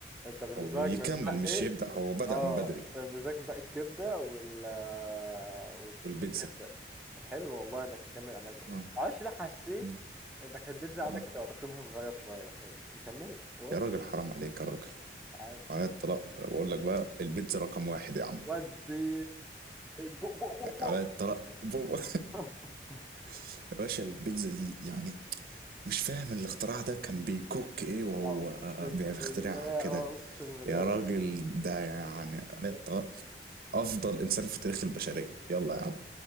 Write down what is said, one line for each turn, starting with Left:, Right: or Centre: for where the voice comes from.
Centre: انت بالنسبه
Right: ويكمل
Centre: لك متبقي
Right: مش يبدأ هو بدأ
Centre: اه
Right: من بدري
Centre: مزاج بقى الكبده وال والبيتزا
Right: والبيتزا
Centre: طب حلو والله انك مكمل انا ك-
Right: اه
Centre: معرفش ليه حسيت
Right: مم.
Centre: انك البيتزا عندك
Right: اه
Centre: هتبقى تقييمها صغير شويه بس مكمله واو
Right: يا راجل حرام عليك يا راجل
Centre: مش عارف
Right: على الطلاق بقول لك بقى البيتزا رقم واحد يا عم
Centre: ودي بق بق بق بق
Right: على الطلاق بو-
Centre: <laughs>
Right: <laughs> يا باشا البيتزا دي يعني مش فاهم الاختراع ده كان بيكوك ايه وهو
Centre: اقسم
Right: بيخترعها
Centre: بالله
Right: كده
Centre: اه اقسم بالله
Right: يا راجل ده يعني على
Centre: بس
Right: الطلاق افضل انسان في تاريخ البشرية يلا يا عم